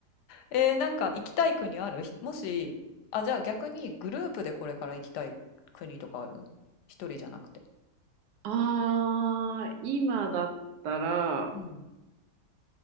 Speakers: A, on the left; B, on the right.
A: えー、なんか行きたい国あるひもし、あ、じゃあ逆にグループでこれから行きたい国とかある一人じゃなくて。
B: あー、今だったら、
A: うん。